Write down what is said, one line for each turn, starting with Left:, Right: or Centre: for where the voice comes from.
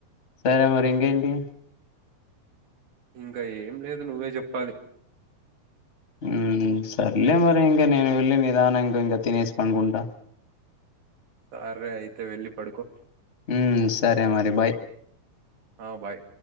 Left: సరే మరి ఇంకేంటి
Right: ఇంకా ఏం లేదు నువ్వే చెప్పాలి
Left: ఊ సర్లే మరి ఇంకా నేను వెళ్ళి నిదానంగా ఇంకా ఇంకా తినేసి పనుకుంటా
Right: సరే అయితే వెళ్ళి పడుకో
Left: ఊ సరే మరి బాయ్
Right: ఆ బాయ్